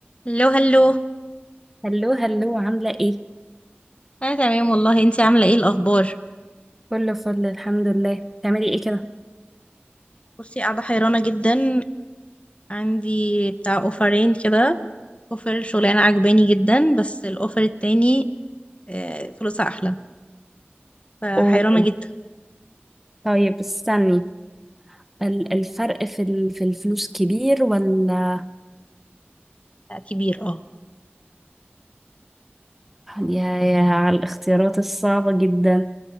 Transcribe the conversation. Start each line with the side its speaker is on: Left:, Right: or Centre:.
Left: هلو هلو
Centre: هلو هلو عاملة ايه؟
Left: انا تمام والله انتي عامله ايه الاخبار
Centre: كله فل الحمد لله بتعملي ايه كده؟
Left: بصي قاعده حيرانه جدا عندي بتاع اوفرين كده اوفر شغلانه عجباني جدا بس الاوفر التاني آه، فلوسها احلى فحيرانه
Centre: اوه
Left: جدا
Centre: طيب استني ال- الفرق في ال- في الفلوس كبير ولا
Left: لا، كبير اه
Centre: يا يا على الاختيارات الصعبة جدا